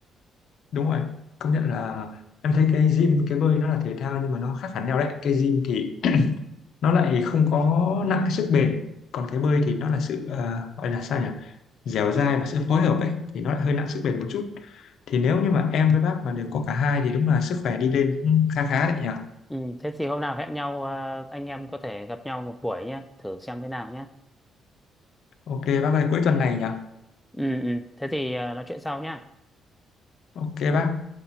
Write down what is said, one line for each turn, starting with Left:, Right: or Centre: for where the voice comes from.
Left: đúng rồi công nhận là em thấy cái gym cái bơi nó là thể thao nhưng mà nó khác hẳn nhau đấy cái gym thì nó lại không có nặng cái sức bền còn cái bơi thì nó là sự ờ, gọi là sao nhỉ dẻo dai và sự phối hợp ấy thì nó lại hơi nặng sức bền một chút thì nếu như mà em với bác mà đều có cả hai thì đúng là sức khỏe đi lên cũng khá khá đấy nhỉ
Centre: ừ, thế thì hôm nào hẹn nhau à, anh em có thể gặp nhau một buổi nhá thử xem thế nào nhá
Left: ok bác ơi cuối tuần này nhỉ
Centre: ừ, ừ. thế thì à, nói chuyện sau nhá
Left: ok bác